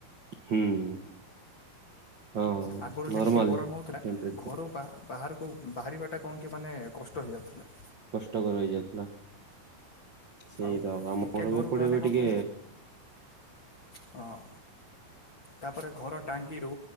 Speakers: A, on the right; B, on the left.
A: ହୁଁ। ହଁ
B: ଆଗରୁ
A: ନର୍ମାଲ
B: ଯେମିତି ଗରମ ହଉଥିଲା
A: ଟେମ୍ପରେଚର
B: ଘର ବା ବାହାର ଉ ବାହାରିବାଟା କଣ କି ମାନେ କଷ୍ଟ ହେଇଯାଉଥିଲା।
A: କଷ୍ଟକର ହେଇଯାଉଥିଲା। ସେଇ
B: ଆଉ
A: ତ ଆମର
B: ଟିକେ ଘରୁ
A: ବି ଏପଟେ
B: ଗଲେ
A: ଏବେ
B: କହ
A: ଟିକେ
B: କି ହଁ ତାପରେ ଘର ଟାଙ୍କିରୁ